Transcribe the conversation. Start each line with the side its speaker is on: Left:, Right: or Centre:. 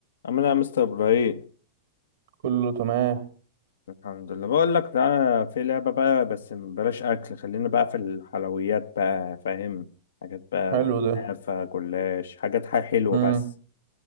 Left: عامل ايه يا مستر ابراهيم
Right: كله تمام
Left: الحمد لله بقول لك تعالى في لعبه بقى بس بلاش اكل خلينا بقى في الحلويات بقى فاهم حاجات بقى
Right: حلو
Left: كنافه
Right: ده
Left: جلاش حاجات حاجة حلوه
Right: امم
Left: بس